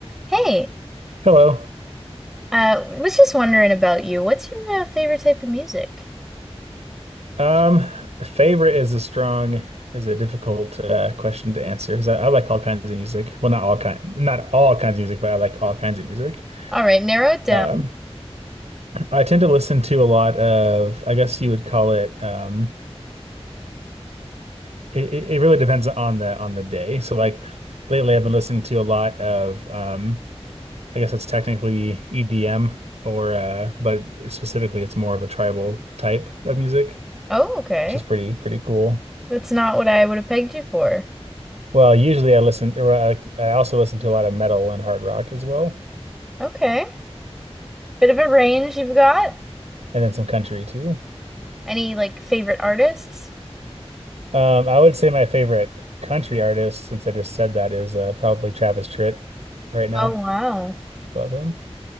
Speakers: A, in the centre; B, on the right.
A: Hey,
B: Hello.
A: uh, was just wondering about you. What's your uh, favorite type of music?
B: Um, favorite is a strong is a difficult uh, question to answer because I, I like all kinds of music. Well, not all kind, not all kinds of music, but I like all kinds of music.
A: All right, narrow it down.
B: Um, I tend to listen to a lot of, I guess you would call it. Um, it, it it really depends on the on the day. So like lately, I've been listening to a lot of. Um, I guess it's technically EDM or, uh, but specifically, it's more of a tribal type of music,
A: Oh, okay.
B: which is pretty pretty cool.
A: That's not what I would have pegged you for.
B: Well, usually I listen, or I, I also listen to a lot of metal and hard rock as well,
A: Okay. Bit of a range you've got.
B: and then some country too.
A: Any like favorite artists?
B: Um, I would say my favorite country artist, since I just said that, is uh, probably Travis Tritt right now.
A: Oh, wow.
B: I love him.